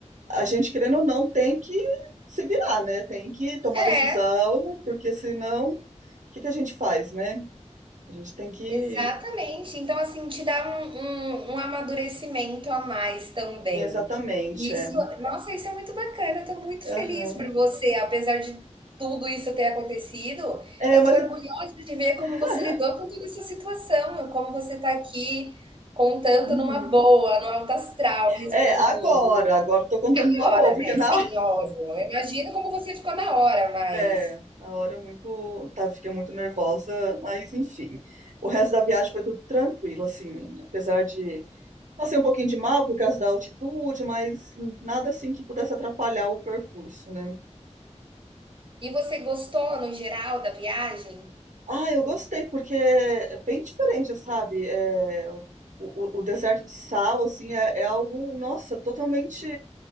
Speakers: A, on the right; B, on the right.
A: a gente, querendo ou não, tem que se virar, né? Tem que tomar
B: É,
A: decisão, porque senão, o que que a gente faz, né? A gente tem que.
B: exatamente. Então, assim, te dá um um um amadurecimento a mais também.
A: Exatamente,
B: E
A: é.
B: isso nossa, isso é muito bacana, eu tô muito feliz
A: Aham.
B: por você, apesar de tudo isso ter acontecido,
A: É,
B: eu
A: mas
B: tô orgulhosa de ver
A: <laughs>
B: como você lidou com toda essa situação, como você tá aqui contando
A: Uhum.
B: numa boa, no alto astral a respeito
A: É, agora,
B: de tudo.
A: agora eu tô contando numa
B: Na hora,
A: boa, porque
B: né,
A: na
B: sim,
A: <laughs> hora,
B: óbvio, eu imagino como você ficou na hora, mas
A: é, na hora muito, tá, fiquei muito nervosa, mas enfim. O resto da viagem foi tudo tranquilo, assim, apesar de passei um pouquinho de mal por causa da altitude, mas nada assim que pudesse atrapalhar o percurso, né?
B: e você gostou no geral da viagem?
A: Ah, eu gostei, porque é bem diferente, sabe? É, o, o- o deserto de sal, assim, é, é algo, nossa, totalmente